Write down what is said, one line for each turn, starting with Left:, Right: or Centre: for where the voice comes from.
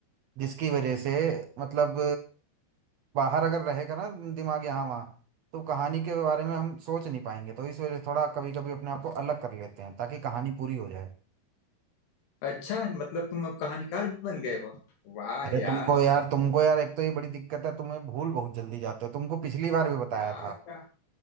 Right: जिसकी वजह से मतलब बाहर अगर रहेगा ना दिमाग यहाँ वहाँ तो कहानी के बारे में हम सोच नहीं पाएंगे तो इस वजह से थोड़ा कभी कभी अपने आप को अलग कर लेते हैं ताकि कहानी पूरी हो जाए
Left: अच्छा मतलब तुम अब कहानीकार बन गए हो वाह
Right: अरे
Left: यार
Right: तुमको यार तुमको यार एक तो ये बड़ी दिक्कत है तुम्हें भूल बहुत जल्दी जाते हो तुमको पिछली बार भी बताया
Left: क्या क्या